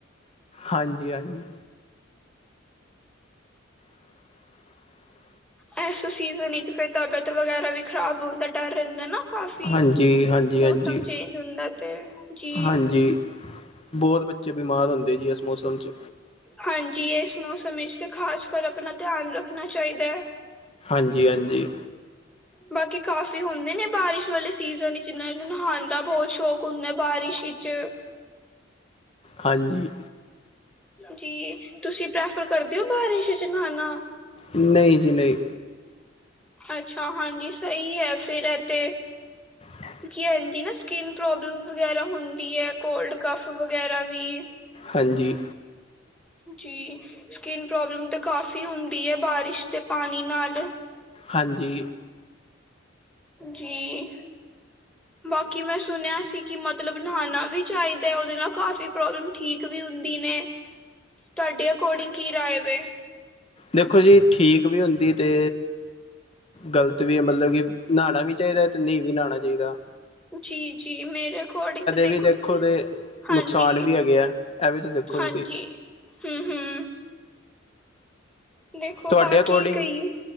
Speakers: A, on the left; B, in the centre.
A: ਹਾਂਜੀ-ਹਾਂਜੀ। <inaudible>
B: ਐਸ ਸੀਜ਼ਨ ਈ ਚ ਫਿਰ ਤਬੀਅਤ ਵਗੈਰਾ ਵੀ ਖ਼ਰਾਬ ਹੁਣ ਦਾ ਡਰ ਰੈਂਦਾ ਨਾ? ਕਾਫੀ,
A: ਹਾਂਜੀ ਹਾਂਜੀ
B: ਮੌਸਮ
A: ਹਾਂਜੀ
B: ਚੇਂਜ ਹੁੰਦਾ ਤੇ, ਜੀ।
A: ਹਾਂਜੀ ਬਹੁਤ ਬੱਚੇ ਬਿਮਾਰ ਹੁੰਦੇ ਜੀ ਇਸ ਮੌਸਮ 'ਚ।
B: ਹਾਂਜੀ ਏਸ ਮੌਸਮ ਵਿਚ ਤੇ ਖ਼ਾਸ ਕਰ ਅਪਣਾ ਧਿਆਨ ਰੱਖਣਾ ਚਾਈਦਾ ਐ।
A: ਹਾਂਜੀ-ਹਾਂਜੀ।
B: ਬਾਕੀ ਕਾਫ਼ੀ ਹੁੰਦੇ ਨੇ ਬਾਰਿਸ਼ ਵਾਲੇ ਸੀਜ਼ਨ ਚ ਜਿੰਨਾ ਨੂੰ ਨਹਾਣ ਦਾ ਬੌਤ ਸ਼ੌਕ ਕੁਨੇ ਬਾਰਿਸ਼ ਵਿੱਚ।
A: ਹਾਂਜੀ।
B: ਜੀ, ਤੁਸੀਂ ਪ੍ਰੈਫਰ ਕਰਦੇ ਓ ਬਾਰਿਸ਼ ਚ ਨਹਾਣਾ?
A: ਨਈਂ ਜੀ ਨਈਂ।
B: ਅੱਛਾ, ਹਾਂਜੀ ਸਹੀ ਹੈ, ਫੇਿਰ ਇ ਤੇ
A: ਹ
B: ਕਿਉਂਕਿ ਐਂਦੀ ਨਾ ਸਕਿੰਨ ਪ੍ਰੋਬਲਮ ਵਗੈਰਾ ਹੁੰਦੀ ਹੈ। ‌ਕੋਲਡ ਕਫ ਵਗੈਰਾ ਵੀ,
A: ਹਾਂਜੀ,
B: ਜੀ, ਸਕਿਨ ਪ੍ਰੋਬਲਮ ਤਾਂ ਕਾਫ਼ੀ ਹੁੰਦੀ ਐ ਬਾਰਿਸ਼ ਦੇ ਪਾਣੀ ਨਾਲ।
A: ਹਾਂਜੀ।
B: ਜੀ, ਬਾਕੀ ਮੈਂ ਸੁਣਿਆ ਸੀ ਕਿ ਮਤਲਬ ਨਹਾਣਾ ਵੀ ਚਾਈਦਾ ਓਦੇ ਨਾਲ ਕਾਫ਼ੀ ਪ੍ਰੋਬਲਮ ਠੀਕ ਵੀ ਹੁੰਦੀ ਨੇ। ਤਾਡੇ ਅਕੋਡਿੰਗ ਕੀ ਰਾਏ ਵੈ?
A: ਦੇਖੋ ਜੀ ਠੀਕ ਵੀ ਹੁੰਦੀ ਤੇ ਗ਼ਲਤ ਵੀ ਐ ਮਤਲਬ ਕਿ, ਨਾਣਾ ਵੀ ਚਾਈਦੈ ਤੇ ਨਈਂ ਵੀ ਨਾਣਾ ਚਾਈਦਾ।
B: ਜੀ-ਜੀ, ਮੇਰੇ ਅਕੋਡਿੰਗ ਤੋਂ ਦੇਖੋ
A: ਵੀ
B: ਤੁਸੀਂ
A: ਤੇ
B: ਹਾਂਜੀ,
A: ਨੁਕਸਾਨ ਵੀ ਹੈਗੇ ਆ ਇਹ ਵੀ ਤਾਂ ਦੇਖੋ
B: ਹਾਂਜੀ,
A: ਤੁਸੀਂ
B: ਹੰਮ੍ਹ-ਹੰਮ੍ਹ। ਦੇਖੋ
A: ਤੁਹਾਡੇ
B: ਬਾਕੀ
A: ਅਕੋਰਡਿੰਗ
B: ਕਈ,